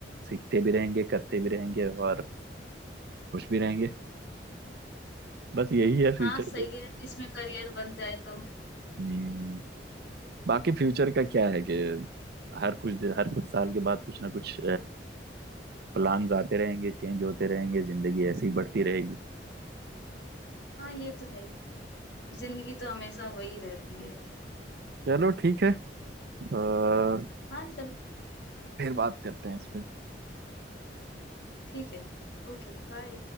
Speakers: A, on the right; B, on the left.
A: सीखते भी रहेंगे करते भी रहेंगे और खुश भी रहेंगे बस यही है फ्यूचर
B: हाँ सही है इसमें करियर बन जाए तो
A: गोल बाकी फ्यूचर का क्या है कि हर कुछ दि- हर कुछ साल के बाद कुछ ना कुछ प्लान्स आते रहेंगे चेंज होते रहेंगे जिंदगी ऐसे ही बढ़ती रहेगी
B: हाँ ये तो है ही जिंदगी तो हमेशा वही रहती है
A: चलो ठीक है अ,
B: हाँ चल
A: फिर बात करते हैं इस पे
B: ठीक है Okay bye